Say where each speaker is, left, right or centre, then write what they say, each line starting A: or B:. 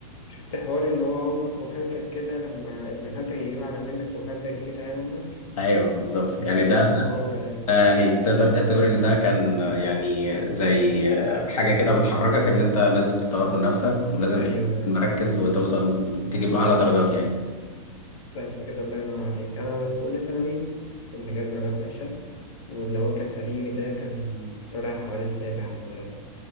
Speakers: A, on the left; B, on the left.
A: شفت حوار إن هو أمك وخالتك كده لما ابن خالتك يجيب أعلى منك وخالتك تيجي تعاير أمك
B: ايوه بالظبط يعني ده,
A: فاهم هو ده
B: ده يعني تقدر تعتبر ان ده كان يعني زي حاجه كده بتحركك ان انت لازم تطور من نفسك ولازم
A: أيوه
B: تبقى مركز وتوصل تجيب اعلى درجات يعني
A: بس كده الله ينور عليك أنا في أولى ثانوي كنت جايب درجات وحشة واللي هو كان قريبي ده كان طالع حوالي السابع على المدرسة